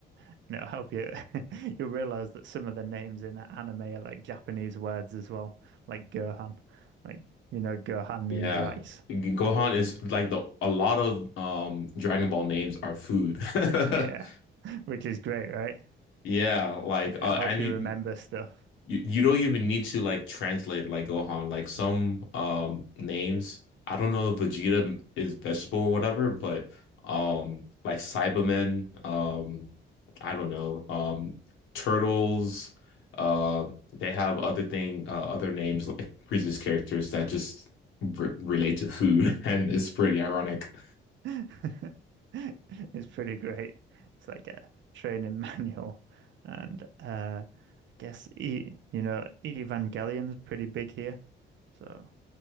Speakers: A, on the right; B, on the left.
A: And it'll help you. <laughs> You'll realize that some of the names in anime are like Japanese words as well, like Gohan. Like, you know, Gohan
B: Yeah.
A: means rice.
B: Gohan is like the a lot of um Dragon Ball names are food.
A: Yeah,
B: <laughs>
A: which is great, right?
B: Yeah, like
A: It'll
B: uh
A: help
B: and
A: you
B: you
A: remember stuff.
B: You you don't even need to like translate it like Gohan. Like some um names, I don't know if Vegeta is vegetable or whatever, but um like Cybermen, um I don't know, um turtles, uh they have other thing uh, other names like previous characters that just re relate to food <laughs> and it's pretty ironic.
A: <laughs> It's pretty great. It's like a training <laughs> manual. And uh, I guess, e you know, Evangelion's pretty big here. So,